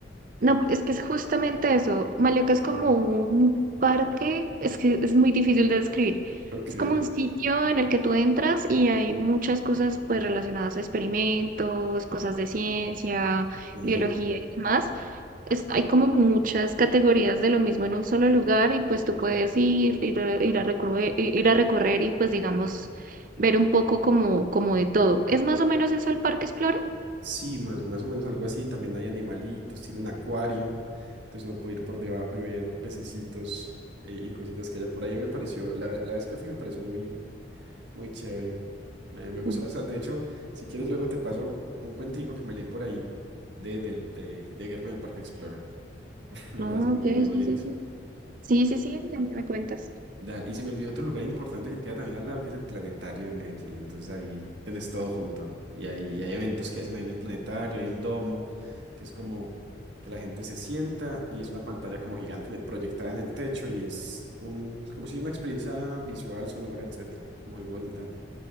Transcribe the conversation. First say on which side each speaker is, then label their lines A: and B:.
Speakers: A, on the right; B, on the right.
A: No, es que es justamente eso. Maloca es
B: Sí.
A: como un parque, es que es muy difícil de describir.
B: Ok.
A: Es como un sitio en el que tú entras y hay muchas cosas pues relacionadas a experimentos, cosas de ciencia,
B: Sí.
A: biología y demás. es- hay como muchas categorías de lo mismo en un solo lugar y pues tú
B: Ok.
A: puedes ir, ir a, ir a recorrer, ir a recorrer y pues digamos ver un poco como, como de todo. ¿Es más o menos eso el Parque Explora?
B: Sí, más, más o menos algo así. También hay animalitos, tiene un acuario, entonces no puede ir por debajo y ver pececitos eh, y, cositas que haya por ahí. A mí me pareció, la, ve- la vez que fui me pareció muy, muy chévere. Me, me gustó
A: Mm.
B: bastante. De hecho, si quieres luego te paso un cuentico que me leí por ahí de, del- de- que tiene que ver con el Parque Explora. <laughs> Me
A: Ah,
B: parece muy,
A: ok,
B: muy bonito.
A: sí, sí, sí. Sí, sí, sí, ya me me cuentas.
B: Dale, y se me olvidó otro lugar importante que queda también al lado, que es el Planetario de Medellín. Entonces ahí tenés todo junto. Y ahí y hay eventos que hacen ahí en el Planetario, hay un domo, que es como que la gente se sienta y es una pantalla como gigante de- proyectada en el techo y es un, como si una experiencia visual, sonora, etcétera. Muy bonita.